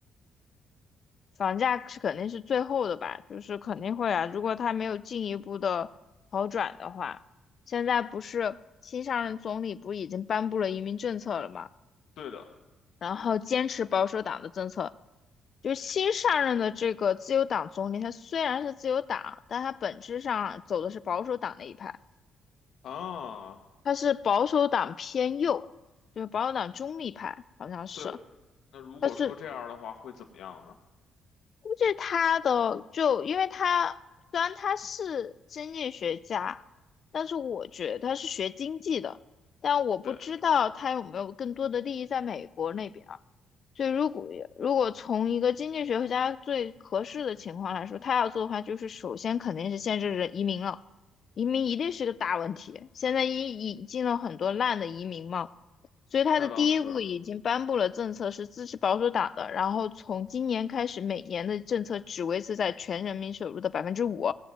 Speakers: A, on the left; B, on the left.
A: 房价是肯定是最后的吧，就是肯定会啊，如果他没有进一步的好转的话，现在不是新上任总理不已经颁布了移民政策了吗？
B: 对的
A: 然后坚持保守党的政策，就是新上任的这个自由党总理，他虽然是自由党，但他本质上走的是保守党那一派，
B: 啊，
A: 他是保守党偏右，就是保守党中立派，好像是。
B: 对。那如果说这样的话，
A: 但是
B: 会怎么样呢？
A: 估计他的就因为他虽然他是经济学家，但是我觉得他是学经济的，但我不知道他有没有更多的利益在美国那边啊
B: 对，
A: 所以如果如果从一个经济学家最合适的情况来说，他要做的话，就是首先肯定是限制人移民了，移民一定是个大问题。现在引引进了很多烂的移民嘛，所以他的第一步已经颁布了政策，
B: 那倒是
A: 是支持保守党的，然后从今年开始，每年的政策只维持在全人民收入的百分之五，